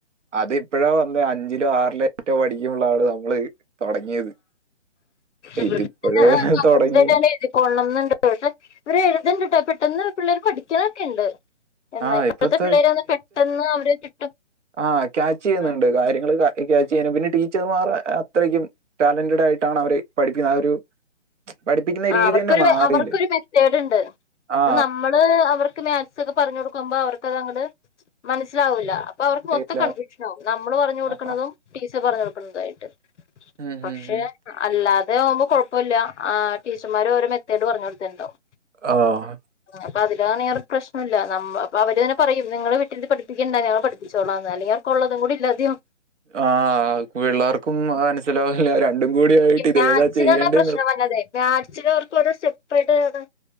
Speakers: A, on the right (about 80°); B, on the left (about 75°).
A: അത് എപ്പോഴാ വന്നേ അഞ്ചിലോ ആറിലോ മറ്റോ പഠിക്കുമ്പോളാണ് നമ്മള് തുടങ്ങിയത്
B: ഇവർക്ക്
A: ഇതിപ്പോഴേ തുടങ്ങി
B: പിന്നെ <inaudible> എഴുതികോളണന്നുണ്ട് ട് ഇവര് എഴുതുണ്ട്ട്ടോ പെട്ടെന്ന് പിള്ളേർ പഠിക്കണൊക്കെ ഉണ്ട് എന്നാ
A: ആ
B: ഇപ്പോഴത്തെ
A: ഇപ്പത്തെ
B: പിള്ളേര് ഒന്ന് പെട്ടെന്ന് അവര് കിട്ടും
A: ആഹ് ക്യാച്ച് ചെയ്യുന്നുണ്ട്
B: ആഹ്
A: കാര്യങ്ങള് ക്യാച്ച് ചെയ്യാനും പിന്നെ ടീച്ചർമാർ അത്രയ്ക്കും ടാലൻ്റിട് ആയിട്ടാണ് അവര് പഠപ്പിക്കുന്നത് ആഹ് ഒരു പഠിപ്പിക്കുന്ന
B: ആഹ്
A: രീതി
B: അവർക്കൊരു
A: തന്നെ മാറിയില്ലേ
B: അവർക്കൊരു മെത്തേഡ് ഉണ്ട്
A: ആ
B: അത് നമ്മ നമ്മള് അവർക്ക് മാക്സ് ഒക്കെ പറഞ്ഞു കൊടുക്കുമ്പോ അവർക്കത് അങ്ങട് മനസ്സിലാവൂല്ല അപ്പൊ അവർക്ക് മൊത്തം
A: ഇല്ല
B: കൺഫ്യൂഷനാകും നമ്മള് പറഞ്ഞു കൊടുക്കണതും
A: ആ
B: ടീച്ചറ് പറഞ്ഞു കൊടുക്കുന്നതുംമായിട്ട്
A: ഉം
B: പക്ഷെ
A: ഉം ഉം.
B: അല്ല അവര് ആവുമ്പോ കുഴപ്പമില്ല ആഹ് ടീച്ചർമാര് ഓരോ മെത്തേഡ് പറഞ്ഞു കൊടുത്തിണ്ടാവും
A: ആഹ്
B: അപ്പൊ അതിലാണേറെ പ്രശ്നമില്ല നമ്മ അപ്പൊ അവര് തന്നെ പറയും നിങ്ങള് വീട്ടിൽ പഠിപ്പിക്കണ്ട ഞങ്ങ പഠിപ്പിച്ചോളാന്ന് അല്ലെങ്കി കൊള്ളതും കൂടി ഇല്ലാതെ ആവും
A: ആഹ് പിള്ളേർക്കും മനസ്സിലാവയില്ല രണ്ടും കൂട ആയിട്ട് ഇത്
B: മാക്സിനാണാ
A: ഏതാ ചെയ്യേണ്ടത്
B: പ്രശ്നം വരുന്നത് മാക്സിന് അവർക്കു ഓരേ സ്റ്റെപ്പായിട്ട് ആണ്